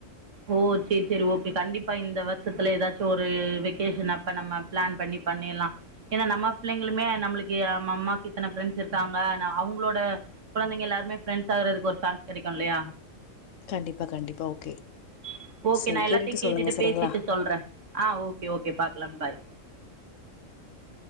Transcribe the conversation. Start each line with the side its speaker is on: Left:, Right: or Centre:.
Right: ஓ சேரி சேரி ஓகே கண்டிப்பா இந்த வருஷத்துல ஏதாச்சு ஒரு வெக்கேஷன் அப்ப நம்ம பிளான் பண்ணி பண்ணில்லா ஏனா நம்ம பிள்ளைங்களுமே நம்மளுக்கு ஏ மம்மாக்கு இத்தன பிஃரெண்ட்ஸ் இருக்காங்க ந அவுங்ளோட குழந்தைங்க எல்லாருமே பிஃரெண்டஸ் ஆகறதுக்கு ஒரு சான்ஸ் கிடைக்கு இல்லையா
Left: கண்டிப்பா கண்டிப்பா ஓகே
Right: <unintelligible> ஓகே
Left: சரி
Right: நா எல்லாத்தையு கேட்டுட்டு
Left: சொல்லுங்க சரிங்களா
Right: பேசிட்டு சொல்ற ஆ ஓகே ஓகே பாக்லா பாய் <unintelligible>